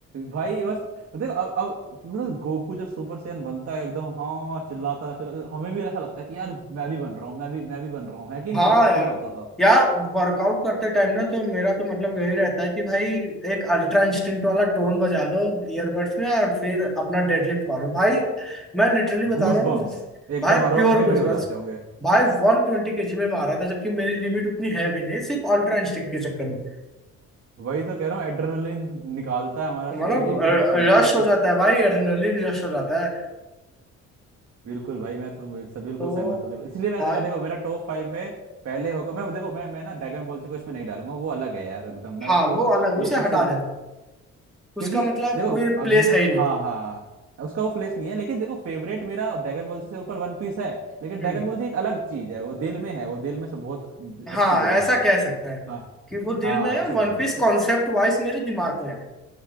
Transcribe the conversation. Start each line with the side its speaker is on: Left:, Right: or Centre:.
Right: भाई बस देख अब अब मतलब गोकू जब सुपर सैयन बनता है एकदम हाँ चिल्लाता चिल्लाता हमें भी ऐसा लगता है कि यार मैं भी बन रहा हूँ मैं भी मैं भी बन रहा हूँ है कि
Centre: हाँ
Right: नहीं ऐसा
Centre: यार
Right: फील होता था
Centre: यार वर्कआउट करते टाइम ना तो मेरा तो मतलब यही रहता है कि भाई एक अल्ट्रा इंस्टिंक्ट वाला टोन बजा लो ईयरबड्स में और फिर अपना डेडलिफ्ट मारो भाई मैं लिटरली बता
Right: गूस
Centre: रहा हूँ
Right: बम्स एकदम
Centre: भाई प्योर
Right: रोंगटे
Centre: गूज
Right: खड़े हो
Centre: बस
Right: जाते होंगे
Centre: भाई वन ट्वेंटी केजी में मारा था जबकि मेरी लिमिट उतनी है भी नहीं सिर्फ अल्ट्रा इंस्टिंक्ट के चक्कर में
Right: वही तो कह रहा हूँ एड्रेनलिन निकालता है हमारा
Centre: तो मानो
Right: शरीर एकदम वो सुनते
Centre: रश
Right: ही कुछ
Centre: हो जाता है भाई एड्रेनलिन रश हो जाता है
Right: बिल्कुल भाई मैं तो सब बिल्कुल
Centre: तो
Right: सहमत हूँ बिल्कुल इसलिए मैं
Centre: भाई
Right: अगर देखो मेरा टॉप फाइव में पहले होगा मैं देखो मैं मैं ना ड्रैगन बॉल जी को इसमें नहीं डालूंगा वो अलग है यार एकदम मैं
Centre: हाँ
Right: उसको
Centre: वो अलग
Right: ये
Centre: उसे
Right: ऐसे
Centre: हटा दे
Right: क्योंकि
Centre: उसका मतलब
Right: देखो
Centre: कोई
Right: अब
Centre: प्लेस है ही नहीं
Right: हाँ हाँ हाँ, उसका वो प्लेस नहीं है लेकिन देखो फेवरेट मेरा ड्रैगन बॉल जी से ऊपर वन पीस है लेकिन
Centre: हम्म।
Right: ड्रैगन बॉल जी एक अलग चीज है वो दिल में है वो दिल में सब बहुत
Centre: हाँ
Right: अच्छी जगह
Centre: ऐसा
Right: पे है
Centre: कह सकता है
Right: हाँ
Centre: कि वो दिल
Right: हाँ
Centre: में है
Right: ऐसा
Centre: वन
Right: कह सकते
Centre: पीस
Right: हो।
Centre: कॉन्सेप्ट
Right: तो,
Centre: वाइज मेरे दिमाग में है